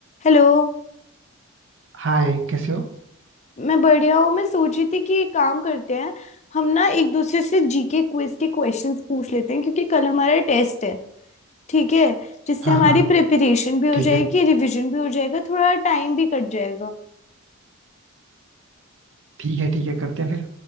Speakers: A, on the left; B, on the right.
A: Hello
B: हाय कैसे हो
A: मैं बढ़िया हूँ मैं सोच रही थी कि एक काम करते हैं हम ना एक दूसरे से जीके क्विज के क्वेश्चंस पूछ लेते हैं क्योंकि कल हमारा टेस्ट है ठीक है जिससे
B: हाँ
A: हमारी
B: हाँ
A: प्रिपरेशन भी हो
B: ठीक
A: जाएगी
B: है
A: रिवीजन भी हो जाएगा थोड़ा टाइम भी कट जाएगा
B: ठीक है ठीक है करते हैं फिर